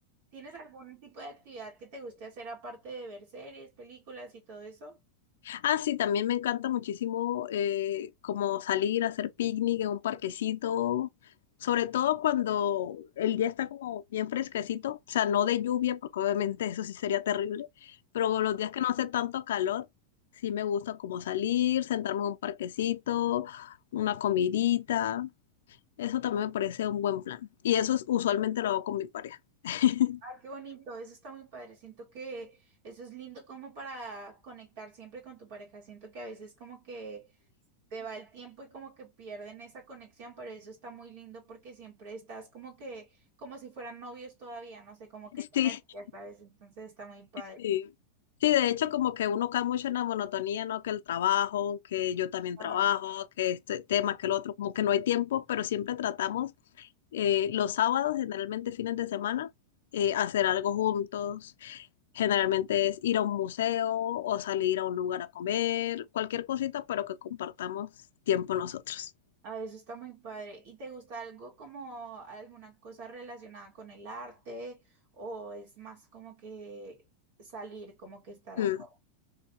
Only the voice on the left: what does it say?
Ah, sí, también me encanta muchísimo eh, como salir a hacer picnic en un parquecito, sobre todo cuando el día está como bien fresquecito, o sea, no de lluvia, porque obviamente <laughs> eso sí sería terrible, pero los días que no hace tanto calor, sí me gusta como salir, sentarme en un parquecito, una comidita, eso también me parece un buen plan. Y eso es- usualmente lo hago con mi pareja. <laughs>
Sí,
<laughs>
Sí. Sí, de hecho, como que uno cae mucho en la monotonía, ¿no? Que el trabajo, que yo también
trabajo, que este tema, que el otro, como que no hay tiempo, pero siempre tratamos eh, los sábados, generalmente fines de semana, eh, hacer algo juntos. Generalmente es ir a un museo o salir a un lugar a comer, cualquier cosita, pero que compartamos tiempo nosotros.
Mm.